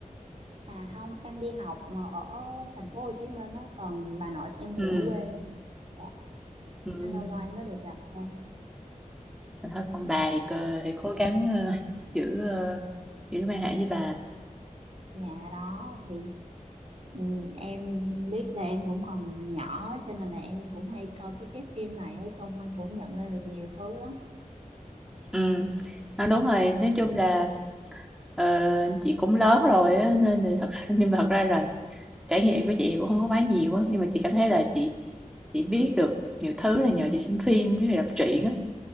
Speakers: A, on the right; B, in the centre.
A: à không em đi học mà ở thành phố Hồ Chí Minh á còn bà nội em thì
B: Ừ,
A: ở quê dạ
B: ừ.
A: nên lâu lâu em mới được gặp thôi
B: Mình thấy con
A: Ờ,
B: bà thì, cơ- thì cố gắng ờ, <laughs> giữ ờ, giữ mối hệ với bà.
A: nhà đó thì ừ, em biết là em cũng còn nhỏ cho nên là em cũng hay coi cái cái phim này á, xong em cũng nhận ra được nhiều thứ lắm
B: Ừ. Nói đúng rồi, nói chung là ờ, chị cũng lớn rồi á, nên là thật <laughs> nhưng mà thật ra là trải nghiệm của chị thì cũng không có quá nhiều á, nhưng mà chị cảm thấy là chị chị biết được nhiều thứ là nhờ chị xem phim với đọc truyện